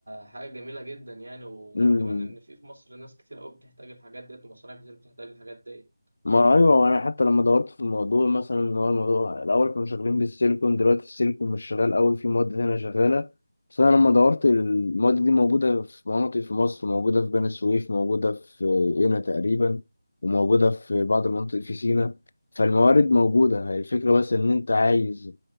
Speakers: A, on the right; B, on the left.
A: حاجه جميله جدا يعني وغير
B: مم.
A: كمان ان في في مصر ناس كتير قوي بتحتاج الحاجات ديت ومصانع كتير بتحتاج الحاجات ديت
B: ما ايوه وانا حتى لما دورت في الموضوع مثلا ان هو الموضوع الاول كانوا شغالين بالسيليكون دلوقتي السيليكون مش شغال قوي في مواد تانية شغاله بس انا لما دورت المواد دي موجوده في مناطق في مصر موجوده في بني سويف موجوده في قنا تقريبا وموجوده في بعض المناطق في سيناء فالموارد موجوده هي الفكره بس ان انت عايز